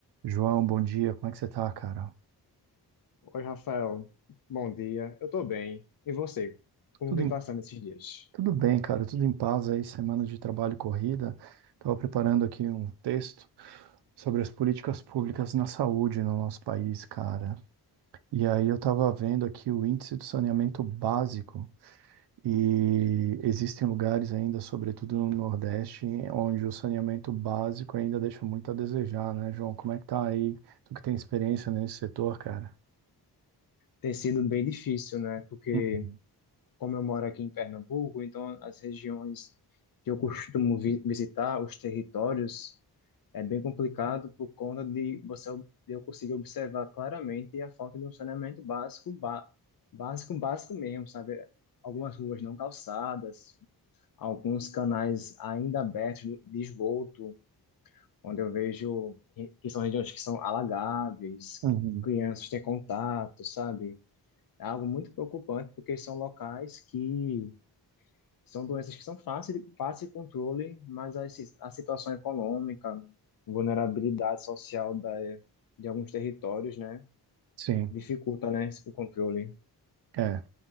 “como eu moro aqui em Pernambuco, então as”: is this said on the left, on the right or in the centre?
Left